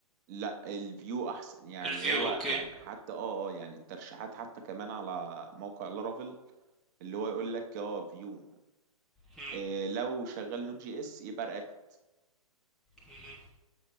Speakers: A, on the right; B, in the centre.
A: لا الفيو احسن يعني
B: الفيو
A: هو
B: اوكي
A: يعني حتى اه اه يعني الترشيحات حتى كمان على موقع لارافيل اللي هو يقول لك اه فيو
B: مم.
A: إيه لو شغال نوت جي اس يبقى رياكت
B: مم.